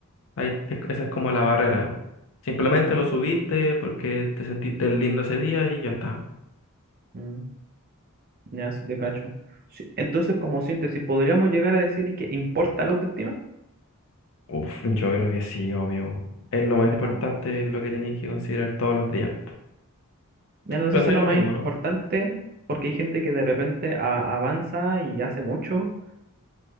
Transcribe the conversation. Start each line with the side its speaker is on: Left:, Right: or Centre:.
Left: ahí es- esa es como la barrera, pu. Simplemente lo subiste porque te sentiste lindo ese día y ya está.
Right: Mm. Ya, si te cacho. Sí, Entonces, como síntesis, podríamos llegar a decir que importa la autoestima.
Left: Uf, yo creo que sí, obvio. Es lo más
Right: Yo
Left: importante,
Right: también.
Left: es lo que tenéis que considerar todos los días.
Right: Mira, no
Left: Pensáis
Right: sé si lo
Left: lo
Right: más
Left: mismo,
Right: importante,
Left: ¿no?
Right: porque hay gente que de repente a- avanza y hace mucho,